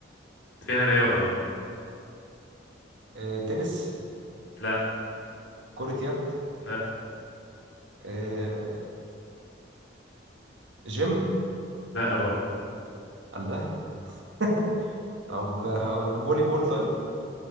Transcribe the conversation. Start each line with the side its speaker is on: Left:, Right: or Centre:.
Left: فيها رياضة اه
Right: آه تنس
Left: لا
Right: كرة يد
Left: لا
Right: آه جيم
Left: لا برضو
Right: الله <laughs> طب هقول فولي بول طيب